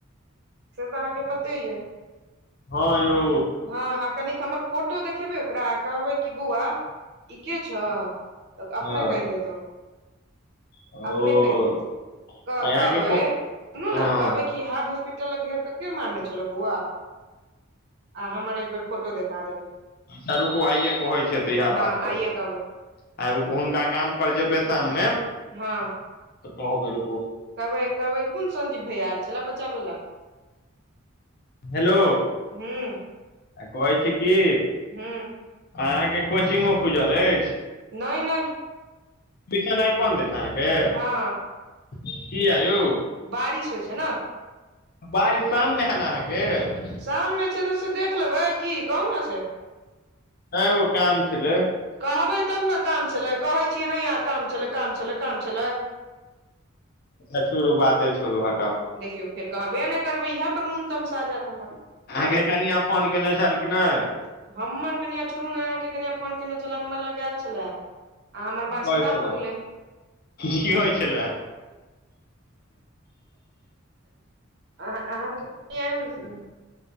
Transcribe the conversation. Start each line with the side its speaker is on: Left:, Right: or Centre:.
Right: से तऽ अहाँके पते यऽ
Left: हँ यौ
Right: हँ आ कनिक हमर फोटो देखेबै ओकरा, आ कहबै कि बौआ ई के छ। तऽ अपने
Left: हँ
Right: कैह देत ओ।
Left: ओ
Right: अपने कैह देत क
Left: यहाँके
Right: कहबै
Left: को
Right: सुनू
Left: हँ
Right: न कहबै कि हार्ट हॉस्पिट घेर क के मारने छलो बौआ, आ हमर एक बेर फोटो देखा देबै।
Left: अच्छा रुकू आइये कहै छीये तऽ इहे
Right: हँ
Left: बात पर।
Right: आइये कहबै
Left: आ हुनका गाम पर जेबै शाममे।
Right: हँ।
Left: त कहबै रुकु।
Right: कहबै कबै कुन संजीव भैया एल छलै बचाबे ले।
Left: हेलो
Right: हूँ
Left: कहै छी की
Right: हू।
Left: आहाँके कोचिंगो खुजल ऐछ?
Right: नय - नय।
Left: पीसेनैय बन्द ऐछ अहाँके।
Right: हँ
Left: कीये यौ?
Right: बारिश होइ छै न।
Left: बारिश शाम मे हे न अहाँके?
Right: शाममे छै तऽ से देख लेबै, की कहू न से?
Left: न ओने ऐं ओ काम छलै ‌।
Right: कहबै तब न काम छलै कहै छियै नहिये आ काम छलै -काम छलै -काम छलै
Left: अच्छा छोड़ू बाते छोड़ू हटाओ
Right: देखियौ फेर कहबे नै करबै इहे पर मून तमसा जेत हमर
Left: अहाँके कनिआ फोन केने छलखिन हे।
Right: हमर कनिआ छोड़ू न अहाँके कनिआ फोन केने छले हमर लग एल छलए। आ हमर बाँस
Left: कहै
Right: खड़ा
Left: छै
Right: भगेलै।
Left: ने की होइ छलए
Right: अहाँ-अहाँ कै हुइछिये